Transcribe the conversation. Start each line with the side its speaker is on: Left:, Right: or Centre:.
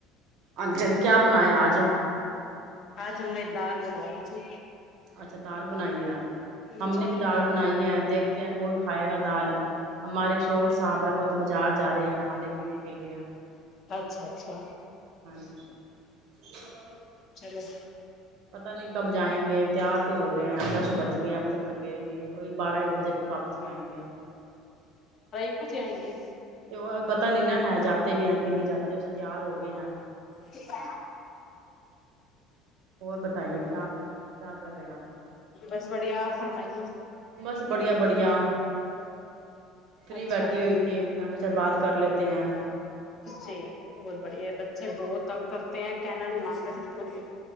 Right: ا ج کیا بنایا آج
Left: آج ہم نے دال بناائی ہے جی
Right: اچھا دال بنائی ہے
Left: جی
Right: ہم
Left: اچھا
Right: نے بھی دال بنائی ہے دیکھ کون کھائے گا دال ہمارے شور صاحب ہے وہ تو بازار جا رہے ہیں کھانے پینے کے لیے
Left: اچھا اچھا
Right: <inaudible>
Left: چلو
Right: پتا نہیں کب جائیں گے تیار تو ہو رہے ہیں دش بج گئے ہیں ابھی تک تو گئے نہیں وہی بارہ ایک بجے پ پاپسی ہی آئیں گے
Left: ھ آئیں گے
Right: تو پتا نہیں نہا ہے جاتتے بھی ہے کنی جاتتے ت اسے تیار ہو گئے ہیں
Left: کتا
Right: اور بتائیے کیا کیا کر رہے آپ
Left: بس بڑھیا آپ فرمائیے
Right: بس بڑیا بڑیا فری
Left: اچھا
Right: بیٹھی ہوئی تھے میں کہ اچھا بات کر لیتے ہیں
Left: جی بہت بڑھیا ہے بچے بہت تنگ کرتے ہیں کہنا نہیں مانتے بکل بھی